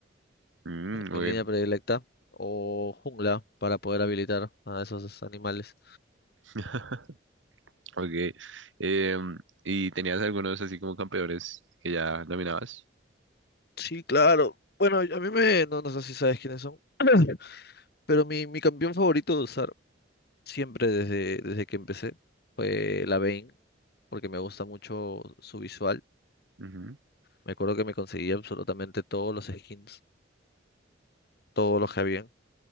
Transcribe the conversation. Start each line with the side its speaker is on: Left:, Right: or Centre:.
Right: Mm, ok.
Left: mi línea predilecta, o jungla para poder habilitar a esos animales.
Right: <laughs> Ok. Em, ¿y tenías algunos así como campeones que ya dominabas?
Left: Sí, claro. Bueno, a mí me, no, no sé si sabes quiénes son, <clears throat> pero mi, mi campeón favorito de usar siempre desde, desde que empecé fue la Vane, porque me gusta mucho su visual.
Right: Ujú.
Left: Me acuerdo que me conseguía absolutamente todos los skins, todos los que habían,